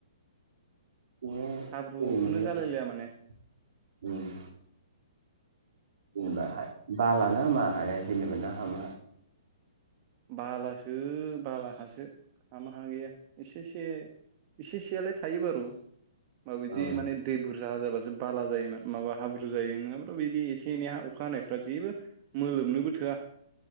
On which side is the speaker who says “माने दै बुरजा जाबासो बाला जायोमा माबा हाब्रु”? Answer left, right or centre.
Right